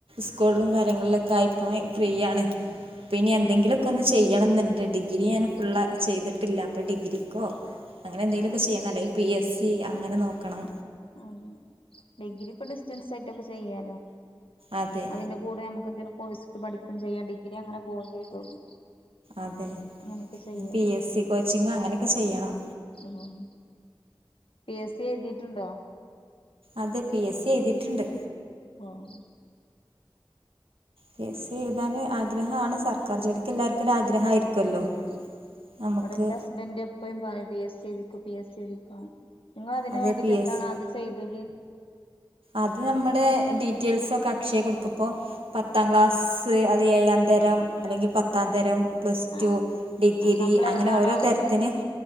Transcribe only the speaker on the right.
സ്കൂളിലും കാര്യങ്ങളിലൊക്കെ ളിലൊക്കെ ആയപ്പോളെ ഫ്രീയാണ് പിന്നെ
എന്തെങ്കിലൊക്കെ ഒന്ന് ചെ ചെയ്യണംന്ന്ണ്ട് ഡിഗ്രി ഞാൻ ഫുള്ള് ചെയ്തിട്ടില്ല അപ്പോ ഡിഗ്രിക്കോ അങ്ങനെ എന്തെങ്കിലൊക്കെ
ചെയ്യണം അല്ലെങ്കിൽ പി എസ് സി അങ്ങനെ നോക്കണം
അതെ
അതെ
പിന്നെ പി എസ് സി കോച്ചിംഗ് അങ്ങനെക്കെ ചെയ്യണം
അതെ പി എസ് സി എഴ്തിട്ട്ണ്ട്
പി. എസ്. സി എഴുതാന് ആഗ്രഹാണ് സർക്കാർ ജോലി ക്ക് എല്ലാർക്കും ഒരാഗ്രഹായിരിക്കുവല്ലോ
നമക്ക്
അതെ
പി
എസ്
അത് നമ്മടെ ഡീറ്റെയിൽസൊക്കെ അക്ഷയി കൊട്ക്ക ഇപ്പൊ പത്താം ക്ലാസ്സ് അല്ലേൽ ഏയാം തരം അല്ലെങ്കി പത്താം തരം പ്ലസ്
ടു, ഡിഗ്രി
അങ്ങനെ ഓരോ തരത്തിന്